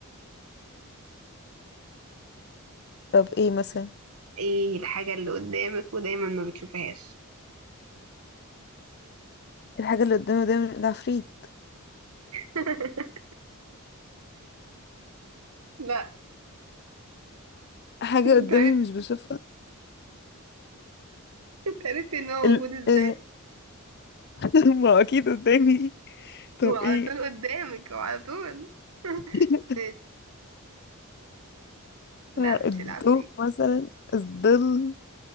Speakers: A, on the left; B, on the right.
A: طب ايه مثلا إيه
B: ايه الحاجة اللي قدامك ودايما ما بتشوفهاش
A: الحاجة اللي قدامي ده العفريت
B: <laughs> لا
A: حاجة قدامي
B: انت عرفت
A: مش بشوفها
B: انت عرفت ان هو
A: ال...
B: موجود ازاي
A: آه، <laughs> ما أكيد قدامي طب
B: وعلى
A: ايه
B: طول قدامك وعلى طول <laughs>
A: <laughs>
B: ماشي. لا
A: آه،
B: مش
A: الضوء
B: العفريت
A: مثلا الظل